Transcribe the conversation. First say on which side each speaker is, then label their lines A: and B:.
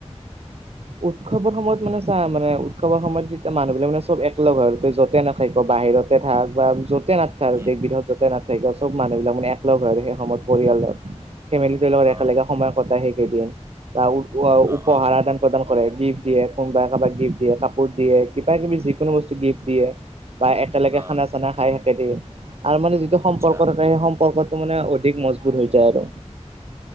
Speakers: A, on the right; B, on the right.
A: উ উৎসৱৰ সময়ত মানে চা মানে উৎসৱৰ সময়ত যেতিয়া মানুহবিলাক মানে চব একলগ হয়তে য'তে নাখাক ক বাহিৰত। থাক বা য'তে না। আৰু
B: উম,
A: দেশ বৃহত য'তে নাথাকে আৰু চব মানুহবিলাক মানে একলগ হয় আৰু সেই সময়ত পৰিয়ালত। ফেমিলিটোৰ লগত
B: অ',
A: একেলগে সময় কটাই সেইকেইদিন বা
B: অ',
A: উপহাৰ
B: অ',
A: আদান। প্ৰদান কৰে গিফ্ট দিয়ে কোনোবাই কাৰোবাক গিফ্ট দিয়ে কাপোৰ দিয়ে কিবা কিবি যিকোনো বস্তু গিফ্ট দিয়ে। বা একেলগে
B: অ',
A: খানা চানা খাই সেদিয়ে আৰু মানে যিটো
B: আচ্ছা,
A: সম্পৰ্ক থাকে সেই সম্পৰ্কত। মানে অধিক মজবুত হৈ যায় আৰু।